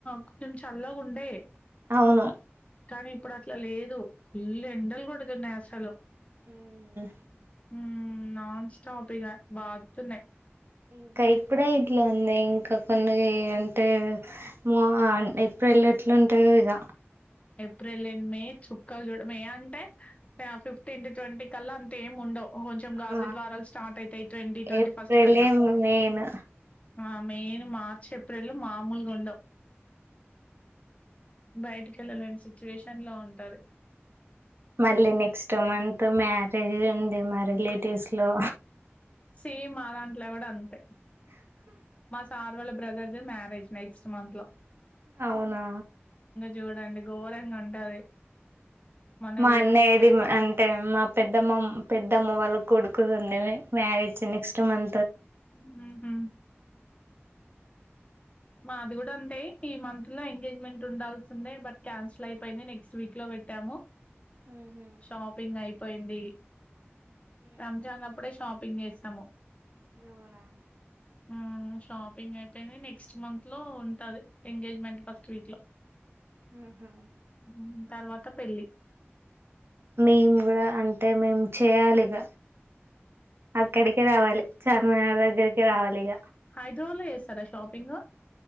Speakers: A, on the left; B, on the right.
A: కొంచెం చల్లగా ఉండే
B: అవును
A: కానీ ఇప్పుడు అట్లా లేదు ఫుల్ ఎండలు కొడుతున్నాయి అసలు
B: హ్మ్
A: మ్మ్ నాన్ స్టాపిగా బాద్తున్నయ్
B: ఇంకా ఇప్పుడే ఇట్లుంది ఇంకా కొన్ని అంటే మ ఏ ప్రిల్ లో ఎట్లుంటాయో ఇగ
A: ఏప్రిల్ అండ్ మే చుక్కాలు చూడు మే అంటే ఫిఫ్టీన్ టు ట్వంటీ కల్లా అంత ఏం ఉండవ్ కొంచెం
B: ఆ
A: గాల్ధీ ద్వారాలు స్టార్ట్ అయితాయ్ ట్వంటీ ట్వంటీ
B: ఏప్రిలే
A: ఫస్ట్ కట్లా
B: మెయిన్
A: ఆ మేయిన్ మార్చ్ ఏప్రిల్ మామూలుగుండావ్ బయటికి ఎళ్ళలేని సిచ్యువేషన్ లో ఉంటది
B: మళ్ళీ నెక్స్ట్ మంత్ మ్యారేజ్ ఉంది మా రిలేటివ్స్లో
A: సేమ్ మా దాంట్లో కూడా అంతే మా సార్ వాళ బ్రదర్‌ది మరేజ్ నెక్స్ట్ మంత్లో
B: అవునా
A: చూడండి ఘోరంగా ఉంటది మొన్న
B: మా
A: రీసెంట్
B: అన్నయ్యది
A: గానే
B: అంటే మా పెద్దమ్మ పెద్దమ్మ వాళ్ళ కొడుకుదుంది మ్యరేజ్ నెక్స్ట్ మం
A: మ్మ్ హ్మ్ మాది కూడా అంతే ఈ మంత్ లో ఎంగేజ్మెంట్ ఉండాల్సిందే బట్ క్యాన్సిల్ అయిపోయింది నెక్స్ట్ వీక్ లో పెట్టాము
B: ఉహు
A: షాపింగ్ అయిపోయింది రంజాన్ అప్పుడే షాపింగ్ చేసాము
B: అవునా
A: ఉమ్ షాపింగ్ అయిపోయింది నెక్స్ట్ మంత్లో ఉంటది ఎంగేజ్మెంట్ ఫస్ట్ వీక్లో
B: ఉహు
A: మ్మ్ తర్వాత పెళ్ళి
B: మేమ్ కూడా అంటే మేము చేయాలి ఇగ అక్కడికే రావాలి చార్మినార్ దగ్గరికే రావాలి ఇగ
A: హైదరాబాద్ లో చేస్తారా షాపింగ్